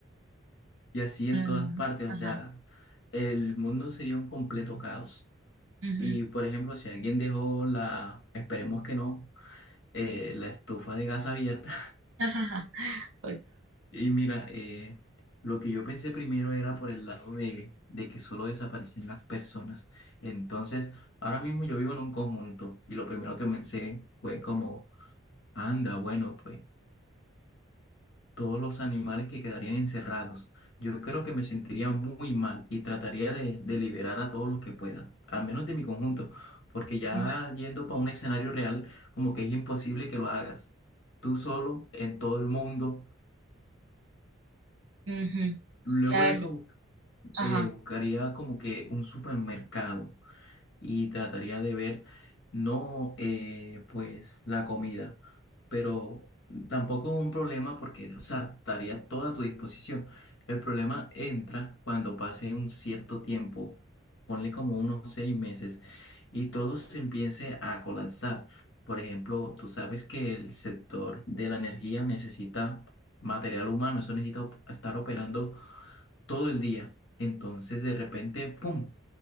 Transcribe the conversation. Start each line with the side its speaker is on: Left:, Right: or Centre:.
Left: Y así en
Right: Mm,
Left: todas partes,
Right: ajá.
Left: o sea, el mundo sería un completo caos.
Right: ujú.
Left: Y por ejemplo, si alguien dejó la, esperemos que no, eh, la estufa de gas abierta,
Right: <laughs>
Left: Y mira, eh, lo que yo pensé primero era por el lado de, de que solo desaparecen las personas. Entonces, ahora mismo yo vivo en un conjunto y lo primero que pensé fue como, anda, bueno, pues todos los animales que quedarían encerrados. Yo creo que me sentiría muy mal y trataría de, de liberar a todos los que pueda, al menos de mi conjunto, porque ya
Right: Ujú,
Left: yendo para un escenario real, como que es imposible que lo hagas tú solo en todo el mundo.
Right: ujú, ujú.
Left: Luego
Right: La
Left: de
Right: verdad,
Left: eso
Right: ajá.
Left: eh, buscaría como que un supermercado y trataría de ver no eh, pues la comida, pero tampoco un problema porque, o sea, estaría toda a tu disposición. El problema entra cuando pase un cierto tiempo, ponle como unos seis meses, y todo se empiece a colapsar. Por ejemplo, tú sabes que el sector de la energía necesita material humano, eso necesita op- estar operando todo el día. Entonces, de repente, ¡pum!